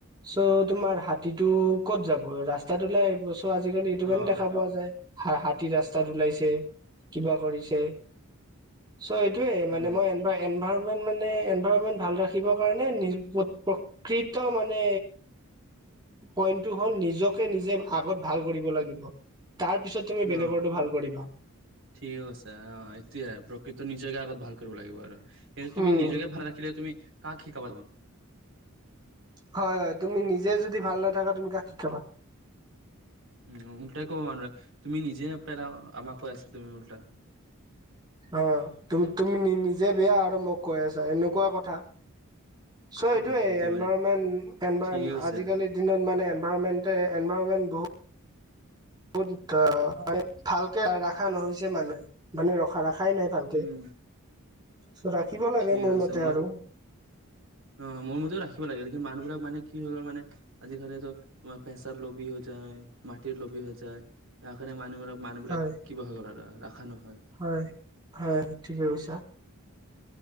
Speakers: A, on the right; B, on the right.
A: চ' তোমাৰ হাতীটো ক'ত যাব ৰাস্তাত ওলাই আহিব। ত আজিকালি এইটো
B: অ',
A: কাৰণে দেখা পোৱা যায় হ হাতী ৰাস্তাত ওলাইছে কিবা কৰিছে। চ' এইটোয়ে মানেই
B: উম,
A: মই এনভৰমেন্ট মানে এনভাৰমেন্ট ভাল ৰাখিবৰ কাৰণে, মানে নি প্ৰ প্ৰকৃত মানে, পইন্টো হল নিজকে নিজে আগত ভাল কৰিব লাগিব তাৰপিছত, তুমি
B: অ',
A: বেলেগৰতো ভাল কৰিবা।
B: ঠিকে কৈছে অ এতিয়া প্ৰকৃত নিজকে আগত ভাল কৰিব লাগিব আৰু, কিন্তু তুমি
A: উম
B: নিজকে ভাল নাৰাখিলে তুমি কাক শিকাব পাৰিব।
A: হয় তুমি যদি ভাল নাথাকা তুমি কাক শিকাবা।
B: উম উলটাই ক'ব মানা তুমি নিজে ন পেলাও আমাক কৈ আছা তুমি উল্টা।
A: অ তুমি নিজে বেয়া আৰু মোক কৈ আছা এনেকুৱা কথা। চ'
B: উম,
A: এইটোয়ে
B: এতিয়া
A: এনভাইৰমেন্ট
B: মানে
A: এনভ
B: ঠিক আছে
A: আজিকালি, দিনত মানে এনভাইৰনমেণ্ট এনভাইৰনমেণ্ট বহুত। বহুত অ মানে ভালকে ৰখা নহৈছে মানুহে মানে ৰখা ৰাখা। খাই নাই ভালকে
B: উম
A: চ ৰাখিব লাগে
B: ঠিক
A: মোৰ
B: আছে
A: মতে
B: মই
A: আৰু,
B: অ মোৰ মতেও ৰাখিব লাগে কিন্তু মানুহ বিলাক মানে কি হৈ গ'ল মানে। আজিকালিতো তোমাৰ পেচাৰ লবি হৈ যায় মাটিৰ লবি হৈ যায়। সেইকাৰণে মানুহ মানুহবিলাক
A: হয়
B: কিবা হৈ গল ৰাখা নহয়।
A: হয় হয় ঠিকে কৈছা।